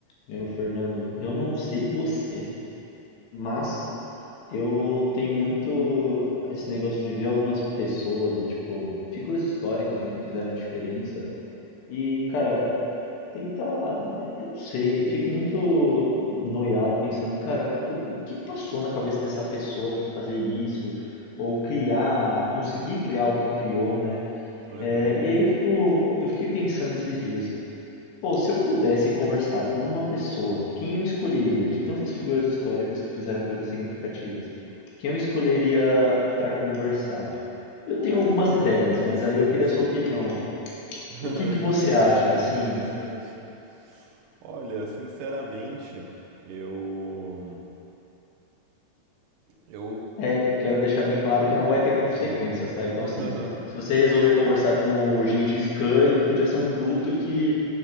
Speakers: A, on the left; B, on the right.
A: Meu, Fernando, eu não sei você, mas eu tenho muito esse negócio de ver algumas pessoas e, tipo, figuras históricas, né, que fizeram a diferença. E, cara, tentar. Eu não sei, eu fico muito noiado pensando, cara, o, o que passou na cabeça dessa pessoa pra fazer isso? Ou criar, conseguir criar o que criou, né?
B: Aham.
A: É, e aí eu fico, eu fiquei pensando esses dias. Pô, se eu pudesse conversar com uma pessoa, quem eu escolheria de tantas figuras históricas que fizeram coisas significativas? Quem eu escolheria para conversar? Eu tenho
B: Pô,
A: algumas
B: cara,
A: ideias,
B: que interessante.
A: mas aí eu queria a sua opinião.
B: <laughs>
A: O que que você
B: Interessante,
A: acha? Assim,
B: interessante. Olha, sinceramente, eu. Eu.
A: é, eu quero deixar bem claro que não vai ter consequências,
B: ah,
A: tá? Então, assim, se você
B: <laughs>
A: resolver conversar com o Gengis Khan, ele podia ser um bruto que,